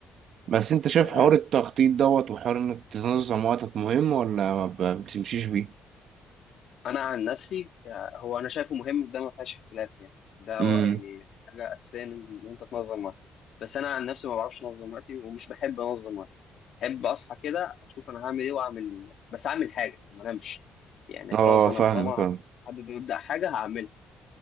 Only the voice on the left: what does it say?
تمام
انا عن نفسي آه، هو انا شايفه مهم ده ما فيهاش اختلاف يعني ده
و- يعني حاجه اساسيه ان إن انت تنظم وقتك بس انا عن نفسي ما بعرفش انظم وقتي ومش بحب انظم وقتي بحب اصحى كده اشوف انا هعمل ايه واعمل بس اعمل حاجه يعني ما انامش يعني
خلاص انا
طالما
حابب ابدا حاجه هعملها